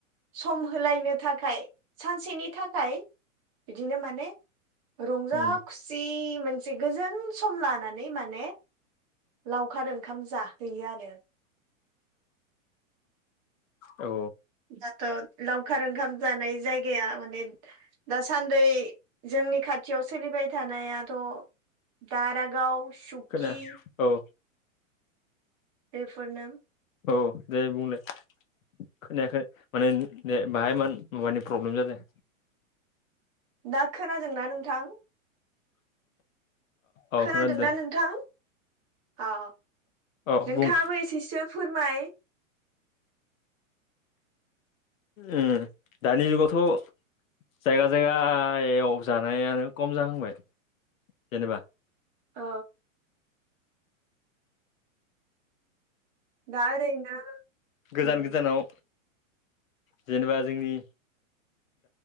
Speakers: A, on the right; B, on the left.
A: सम होलायनो थाखाय सानसेनि थाखाय बिदिनो माने रंजा
B: औ
A: खुसि मोन से गोजोन सम लानानै माने लावखार ओंखाम जाहैयो आरो।
B: औ।
A: दाथ' लावखार ओंखाम जानाय जायगाया माने दासान्द जोंनि खा टियाव सोलिबाय थानायाथ' दारागाव सुकि
B: खोना औ।
A: बेफोर नो‌
B: औ दे बुंलाय। खोनायाखै माने बाहाय मा-मबाइनि प्रब्लेम जादों।
A: दा खोनादोंना नोंथां?
B: औ
A: खोनादोंना
B: खोनादों दे
A: नोंथां? औ
B: औ
A: नोंथाङाबो
B: बुं
A: एसेसो फोरमाय।
B: उ दानि जुगावथ' जायगा जायगायाव जानायानो खम जाहांबाय जेनेबा।
A: औ। दा ओरैनो
B: गोजान
A: उम
B: गोजानाव जेनेबा जोंनि